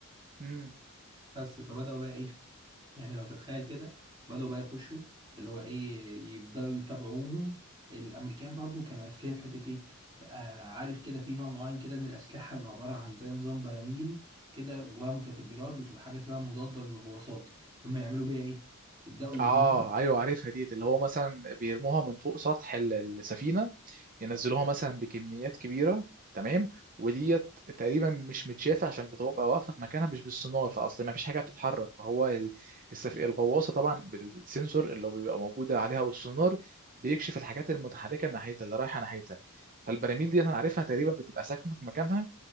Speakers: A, on the right (about 40°); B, on the right (about 20°).
A: امم
B: بس فبدأوا بقى ايه يعني لو تتخيل كده بدأوا بقى يخشوا اللي هو ايه يبدأوا يتابعوهم الامريكان برضو كانوا اذكياء في حته ايه ف- آه، عارف كده في نوع معين كده من الاسلحه بيبقى عباره عن زي نظام براميل كده جواها متفجرات بتبقى حاجه اسمها مضاده للغواصات هم يعملوا بيها ايه يبدأوا
A: اه
B: يرموها
A: ايوه عارفها ديت اللي هو مثلا بيرموها من فوق سطح ال- السفينه ينزلوها مثلا بكميات كبيره تمام وديت تقريبا مش متشافه عشان بتبقى واقفه في مكانها مش بالسونار فاصل ما فيش حاجه بتتحرك فهو ال- السف... الغواصه طبعا بالسنسور اللي بيبقى موجود عليها والسونار بيكشف الحاجات المتحركه ناحيتها اللي رايحه ناحيتها فالبراميل ديت انا عارفها تقريبا بتبقى ساكنه في مكانها